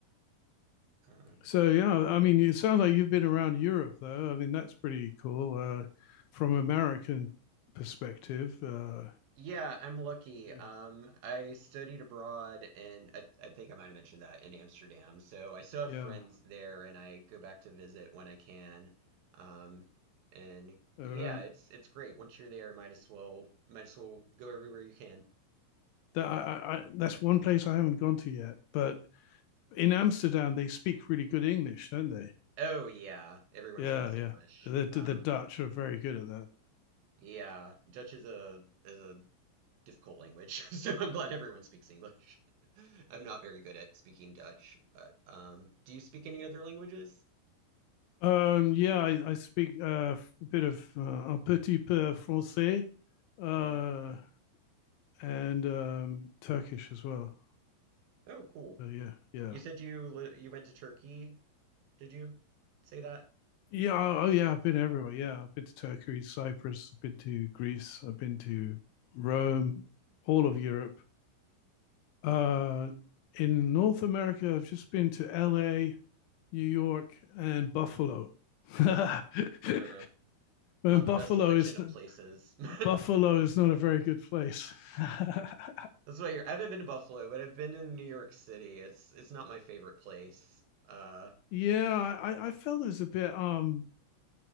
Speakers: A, on the right (about 65°); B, on the left (about 75°).
A: Um.
B: So yeah, I mean, it sounds like you've been around Europe, though. I mean, that's pretty cool uh, from American perspective. Uh,
A: Yeah, I'm lucky.
B: yeah,
A: Um, I studied abroad and I, I think I might have mentioned that in Amsterdam. So I still have
B: yeah.
A: friends there and I go back to visit when I can. Um, and
B: All
A: yeah,
B: right.
A: it's it's great. Once you're there, might as well might as well go everywhere you can.
B: That I, I, I- that's one place I haven't gone to yet. But in Amsterdam, they speak really good English, don't they?
A: Oh yeah, everyone
B: Yeah,
A: speaks
B: yeah.
A: English.
B: The
A: Um,
B: the the Dutch are very good at that.
A: yeah, Dutch is a is a difficult language, <laughs> so I'm glad everyone speaks English. <laughs> I'm not very good at speaking Dutch, but um, do you speak any other languages?
B: Um, yeah, I, I speak uh, a bit of uh, un petit peu français uh,
A: Yeah.
B: and um, Turkish as well.
A: Oh, cool.
B: So yeah, yeah.
A: You said you li you went to Turkey, did you say that?
B: Yeah. Oh, oh, yeah. I've been everywhere. Yeah. I've been to Turkey, Cyprus. I've been to Greece. I've been to Rome, all of Europe. Uh, in North America, I've just been to LA, New York, and Buffalo. <laughs> and
A: Uh, not
B: Buffalo
A: the best selection
B: is
A: of places. <laughs>
B: Buffalo is not a very good place. <laughs>
A: That's why you're, I haven't been to Buffalo, but I've been to New York City. It's it's not my favorite place. Uh,
B: yeah, I, I felt it was a bit. Um,